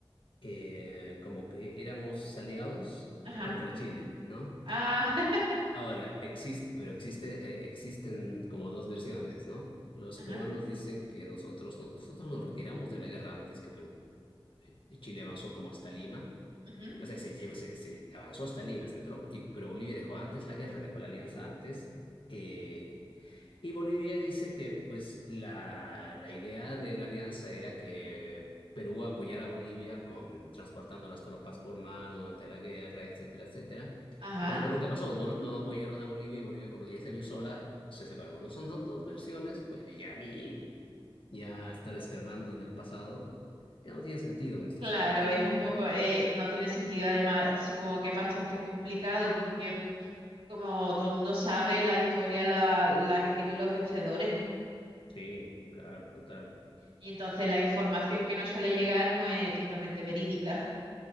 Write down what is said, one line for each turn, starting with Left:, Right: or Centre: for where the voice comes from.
Left: Eh, como que éramos aliados
Right: Ajá.
Left: contra Chile, ¿no?
Right: Ah, <laughs>
Left: Ahora, existe, pero existe, eh, existen como dos versiones, ¿no? Los
Right: ajá.
Left: peruanos dicen que nosotros, no- nosotros nos retiramos de la guerra antes que Perú. Y Chile avanzó como hasta Lima,
Right: Ujú,
Left: o sea, se, llevó- se, se avanzó hasta Lima, se entró, y- pero Bolivia dejó antes la guerra, dejó la alianza antes. eh, Y Bolivia dice que pues la, la idea de la alianza era que Perú apoyara a Bolivia con transportando las tropas por mar durante la guerra, etcétera, etcétera.
Right: Ajá,
Left: Cosa que nunca pasó, no, no apoyaron a Bolivia y Bolivia cuando ya se vio sola se separó. Bueno, son do- dos versiones, pues ya a mí ya estar escarbando en el pasado ya no tiene sentido en estos
Right: claro,
Left: momentos.
Right: es un poco, eh, no tiene sentido, además supongo que es bastante complicado porque como todo el mundo sabe, la historia la, la escriben los vencedores
Left: Sí, claro, total.
Right: y entonces la información que nos suele llegar no es totalmente verídica. <laughs>